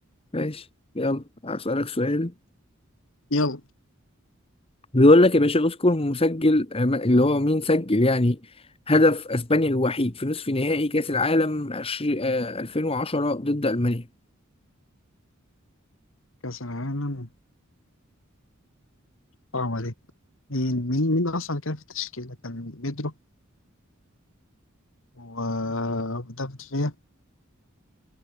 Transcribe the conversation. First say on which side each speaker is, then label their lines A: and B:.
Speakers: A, on the left; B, on the left.
A: ماشي يلا هسألك سؤال
B: يلا
A: بيقول لك يا باشا اذكر مسجل آه، ما- اللي هو مين سجل يعني هدف اسبانيا الوحيد في نصف نهائي كأس العالم 20 آه، 2010 ضد ألمانيا
B: كأس العالم صعبة دي مين مين مين أصلا كان في التشكيلة كان بيدرو و- ودافيد فيا